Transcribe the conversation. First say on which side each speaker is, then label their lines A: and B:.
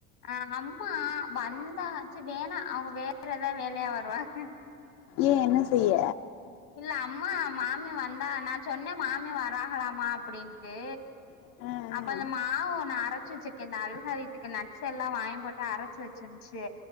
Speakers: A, on the left (about 85°); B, on the left (about 55°).
A: ஆ அம்மா வந்தா செரி வேணா அவுக வேற ஏதாது வேலையா வருவாக
B: ஏ என்ன செய்ய
A: இல்ல அம்மா மாமி வந்தாக நா சொன்னே மாமி வர்றாகலாமா அப்டின்ட்டு
B: ஆ ஆ
A: அப்ப அந்த மாவு நா அரைச்சி வச்சிருக் கே இந்த அல்ஹாரித்துக் நட்ஸ் எல்லா வாங்கி போட்டு அரைச்சி வச்சிருந்துச்சி